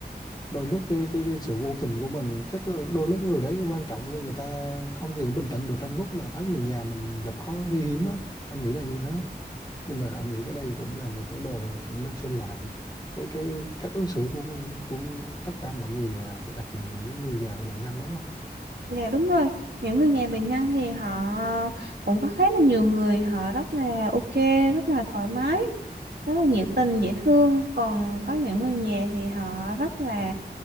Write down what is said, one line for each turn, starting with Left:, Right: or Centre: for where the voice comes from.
Left: đôi lúc cái cái cái sự vô tình của mình chắc là đôi lúc người đấy quan trọng người ta không hiểu bình tĩnh được trong lúc mà thấy người nhà mình gặp khó nguy hiểm á anh nghĩ là như thế nhưng mà anh nghĩ cái đây cũng là một vấn đề là cũng nên xem lại với cái cách ứng xử của của tất cả mọi người à, đặc biệt là những người nhà của bệnh nhân đúng không
Right: dạ đúng rồi những người nhà bệnh nhân thì họ cũng có khá là nhiều người họ rất là ok rất là thoải mái rất là nhiệt tình dễ thương còn có những người nhà thì họ rất là